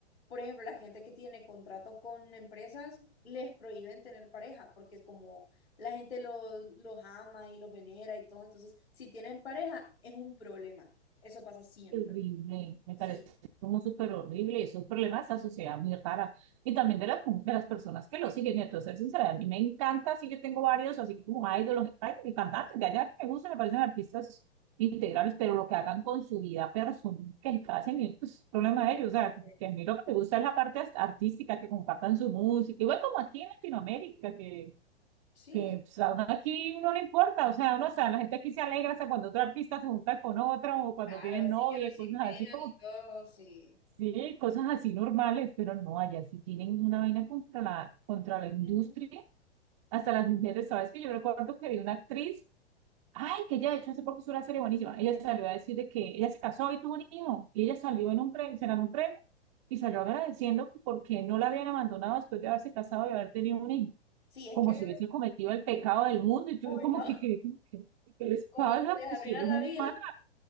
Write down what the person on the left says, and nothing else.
por ejemplo, la gente que tiene contratos con empresas les prohíben tener pareja, porque como la gente lo- los ama y los venera y todo, entonces si tienen pareja es un problema. Eso pasa siempre.
Sí,
es
correcto.
Sí.
Claro,
así
que lo
shipean
y todo, sí.
Ujú.
Sí, es
que...
Uy,
no.
como
que les arruinan
la
vida.
<laughs>